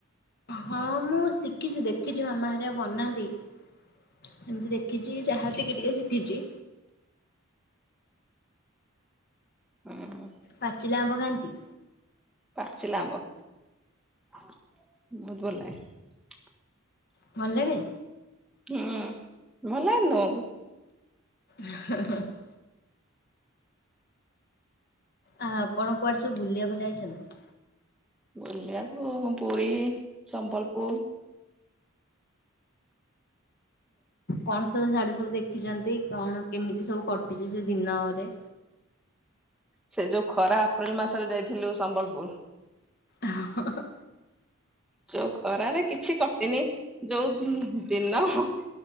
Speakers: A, on the left; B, in the centre.
A: ହଁ ମୁଁ ଶିଖି ଶଖିଛି ଦେଖିଛି ମାମା ହେରିକା ବନାନ୍ତି ସେମିତି ଦେଖିଛି ଯାହା ଟିକେ ଟିକେ ଶିଖିଛି।
B: ହୁଁ ହୁଁ।
A: ପାଚିଲା ଆମ୍ବ ଖାଆନ୍ତି।
B: ପାଚିଲା ଆମ୍ବ ବହୁତ ଭଲ ଲାଗେ।
A: ଭଲ ଲାଗେ।
B: ହୁଁ ଭଲ ଲାଗେନି ତୁମକୁ।
A: ହେଁ ହେଁ। ଆ ଆପଣ କୁଆଡେ ସବୁ ବୁଲିବାକୁ ଯାଇଛନ୍ତି?
B: ବୁଲିବାକୁ ପୁରୀ ସମ୍ବଲପୁର।
A: କଣ ସବୁ ସିଆଢ଼େ ସବୁ ଦେଖି ଦେଖିଛନ୍ତି କଣ କେମିତି ସବୁ କଟିଛି ସେ ଦିନରେ।
B: ସେ ଯୋଉ ଖରା ଅପ୍ରିଲ ମାସରେ ଯାଇଥିଲୁ ସମ୍ବଲପୁର।
A: ଓହେଁ ହେଁ।
B: ଯୋଉ ଖରାରେ କିଛି କଟିନି ଯୋଉ ଦିନ ହଁ